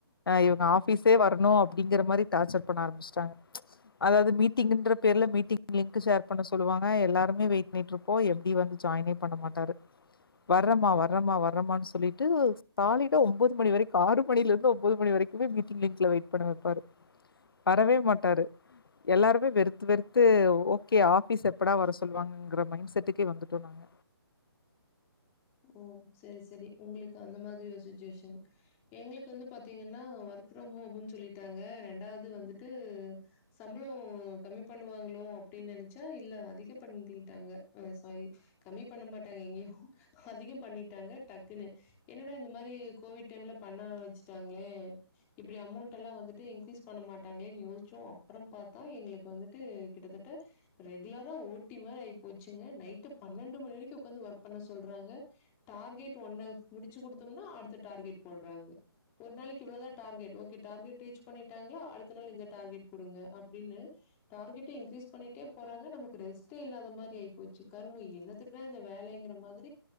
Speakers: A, on the left; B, on the left.
A: இவங்க ஆஃபிஸே வர்னு அப்படிங்கிற மாரி டார்ச்சர் பண்ண ஆராமிச்ட்டாங்க அதாது மீட்டிங்ன்ற பேர் ல மீட்டிங் லிங்க்கு ஷேர் பண்ண சொல்லுவாங்க எல்லாருமே வெயிட் பண்ணிட்ருப்போ எம்டி வந்து ஜாயினே பண்ண மாட்டரு வர்றமா வர்றமா வர்றமா வர்ரனு சொல்லிட்டு சாலிடா ஒம்பது மணி வரைக்கு ஆறு மணில இருந்து ஒன்பது மணி வரைக்கு மீட்டிங்லல வெயிட் பண்ண வெப்பாரு வரவே மாட்டாரு எல்லாருமே து வெர்த்து ஓகே ஆபிஸ் எப்படா வர சொல்லுவாங்கங்ற மைண் செட்டுக்கே வந்துட்டோ நாங்க
B: ஓ சேர் செரி உங்குளுக்கு அந்த மாதுரி ஒரு சுச்சுவேஷன் எங்களக்கு வந்து பாத்தீங்கன்னா ஒர்க் ஃப்ரம் ஹோம்ன்னு சொல்லிட்டாங்க ரெண்டாவது வந்துட்டு சம்ப்ளோ கம்மி பண்ணுவாங்களோ அப்டின் நென்ச்சா இல்ல அதிக பண்ணிட்டாங்க சாரி கம்மி பண்ண மாட்டாங்க எங்யு அத பண்ணிட்டாங்க டக்குன்னு என்னடா இந்த மாரி கோவிட் டைம்ல பண்ண வச்சிட்டாங்களே இப்புடி அமௌண்ட் எல்லா வந்துட்டு இன்க்ரீஸ் பண்ண மாட்டாங்களேன்னு யோசிச்சோ அப்ற பாத்தா எங்ளுக்கு வந்துட்டு கிட்டத்தட்ட ரெகுலரா ஓட்டி மாதுரி ஆகி போச்சுங்க நைட்டு பன்னண்டு மணி வரைக்கு உக்காந்து ஒர்க் பண்ண சொல் சொல்றாங்க டார்கெட் ஒன்னு முடிச்சு கொடுத்தோம்னா அடுத்த டார்கெட் போட்றாங்க ஒர் நாளக் இவ்ளோதா டார்கெட் ஓகே டார்கெட் ரீச் பண்ணிட்டாங்ளா அடுத்த நாள் இந்த டார்கெட் குடுங்க அப்டின்னு டார்கெட் இன்க்ரீஸ் பண்ணிட்டே போறாங்க நமக்கு ரெஸ்ட் இல்லாத ஆயிப்போச்சு கருமோ என்னத்துக்குடா இந்த வேலைங்கிற மாதுரி